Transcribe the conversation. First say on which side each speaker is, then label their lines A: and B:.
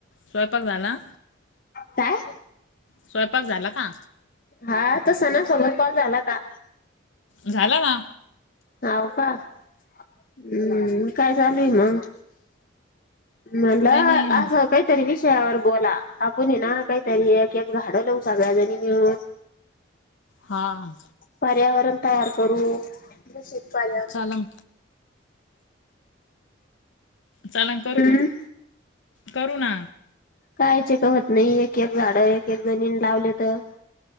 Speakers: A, on the left; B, on the left.
A: स्वयंपाक झाला?
B: काय?
A: स्वयंपाक झाला का?
B: हा तो सणासोबत कॉल झाला का?
A: झाला ना
B: हव का हम्म. काय चाल मग मलं
A: काही नाही
B: असं काय. तरी विषयावर बोला आपण ये ना काहीतरी की एक झाडं लावू सगळ्याजणी मिळून.
A: हा हा.
B: पर्यावरण तयार करू दूषित आल्यावर.
A: चालन चाला करू
B: हम्म
A: ना करू ना.
B: कायचे होत नाही एक एक झाडं एक एक जणीन लावले तर.